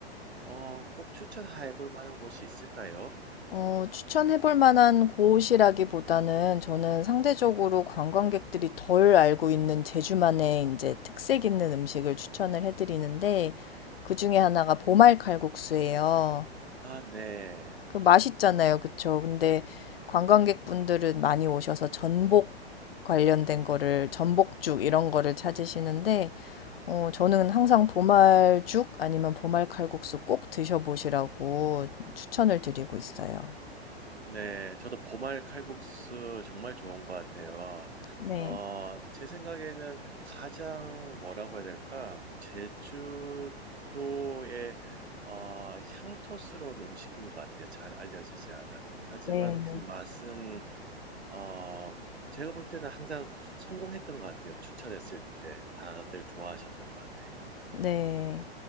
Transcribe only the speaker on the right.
어, 꼭 추천해 볼 만한 곳이 있을까요?
아, 네.
네, 저도 보말 칼국수 정말 좋은 것 같아요.
어, 제 생각에는 가장 뭐라고 해야 될까? 제주도의 어, 향토스러운 음식인 것 같아요. 잘 알려지지 않은. 하지만
그 맛은 어, 제가 볼 때는 항상 성공했던 것 같아요. 추천했을 때 다들 좋아하셨던 것 같아요.